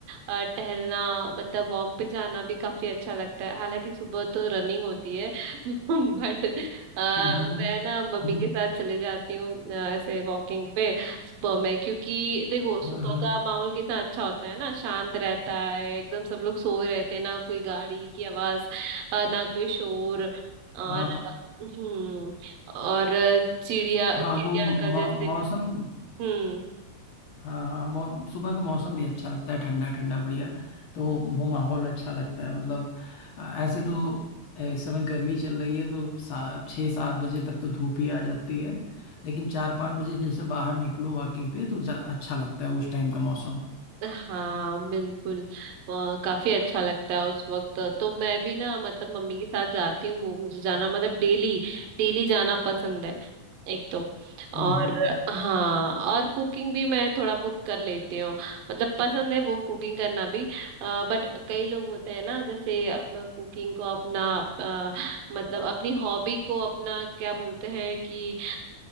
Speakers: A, on the right; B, on the left.
A: अ, टहलना मतलब वॉक पे जाना भी काफी अच्छा लगता है हालांकि सुबह तो रनिंग होती है <laughs> बट मैं
B: हम्म,
A: ना मम्मी
B: हम्म,
A: के साथ चले जाती हूँ अ, ऐसे वॉकिंग पे सुबह में क्योंकि देखो सुबह
B: हाँ हाँ
A: का माहौल कितना अच्छा होता है ना शांत रहता है एकदम सब लोग सोए रहते हैं ना कोई गाड़ी की आवाज अ, ना कोई शोर और
B: हाँ
A: हम्म और चिड़िया
B: हाँ
A: चिड़िया
B: वो मौ,
A: का जैसे
B: मौसम
A: हम्म
B: हाँ हाँ मौ, सुबह का मौसम भी अच्छा लगता है ठंडा ठंडा बढ़िया तो वो माहौल अच्छा लगता है मतलब आ, ऐसे तो ए, इस समय गर्मी चल रही है तो सा, छः सात बजे तक तो धूप ही आ जाती है लेकिन चार पाँच बजे जैसे बाहर निकलो वॉकिंग पे तो जा- अच्छा लगता है उस टाइम का मौसम
A: हाँ बिल्कुल अ, काफी अच्छा लगता है उस वक्त तो मैं भी ना मतलब मम्मी के साथ जाती हूँ वो मुझे जाना मतलब डेली डेली जाना पसंद है एक तो और
B: हम्म हम्म
A: हाँ और कुकिंग भी मैं थोड़ा बहुत कर लेती हूँ मतलब पसंद है वो कुकिंग करना भी बट कई लोग होते हैं ना जैसे अपना कुकिंग को अपना अ, मतलब अपनी हॉबी को अपना क्या बोलते हैं कि